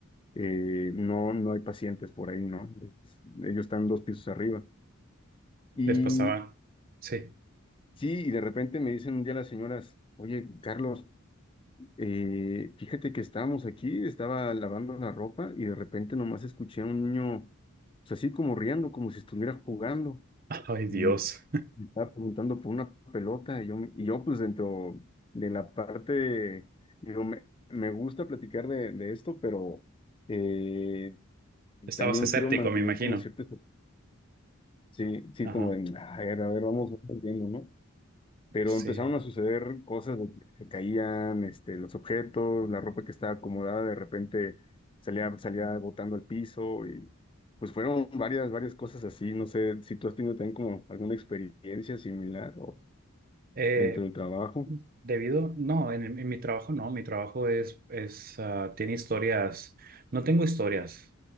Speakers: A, on the left; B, on the right.
A: eh, no, no hay pacientes por ahí, ¿no? Es- ellos están dos pisos arriba. Y
B: Les pasaba. Sí.
A: Sí, y de repente me dicen un día las señoras, oye, Carlos, eh, fíjate que estábamos aquí, estaba lavando la ropa y de repente nomás escuché a un niño, pues así como riendo, como si estuviera jugando
B: <laughs> Ay, Dios.
A: y me estaba preguntando por una pelota y yo, y yo pues dentro de la parte, digo, me, me gusta platicar de, de esto, pero eh,
B: Estabas
A: también
B: escéptico,
A: quiero mantener
B: me imagino.
A: como cierto, sí, sí,
B: Ajá.
A: como de, a ver, a ver, vamos entendiendo, ¿no? pero
B: Sí.
A: empezaron a suceder cosas donde se caían, este, los objetos, la ropa que estaba acomodada de repente salía, salía botando al piso y pues fueron varias, varias cosas así. No sé si tú has tenido también como alguna experiencia similar o
B: Eh,
A: dentro del trabajo.
B: debido, no, en, en mi trabajo no. Mi trabajo es, es, ah, tiene historias. No tengo historias.